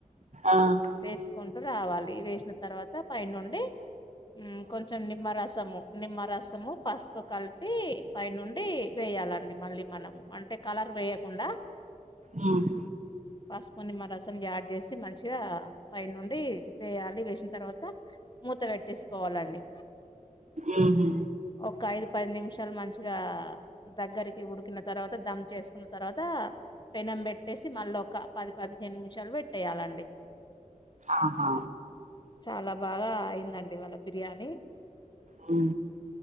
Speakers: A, on the right (about 65°); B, on the left (about 35°).
A: ఆ ఆ,
B: వేసుకుంటు రావాలి వేసిన తర్వాత పై నుండి మ్ కొంచెం నిమ్మరసము. నిమ్మరసము పసుపు కలిపి పై నుండి వేయాలండి మళ్ళీ మనం. అంటే కలర్ వేయకుండా
A: హ్మ్.
B: పసుపు నిమ్మ రసం యాడ్ చేసి మంచిగా పై నుండి వేయాలి వేసిన తర్వాత మూత పెట్టేసుకోవాలండి
A: ఆహా
B: ఒక ఐదు పది నిమిషాలు మంచిగా దగ్గరికి ఉడికిన తర్వాత దమ్ చేసుకున్న తర్వాత పెనం పెట్టేసి మళ్ళీ ఒక పది పదిహేను నిమిషాలు పెట్టేయాలండి
A: ఆహా
B: చాలా బాగా అయిందండి ఇవాళ్ళ బిర్యానీ
A: అ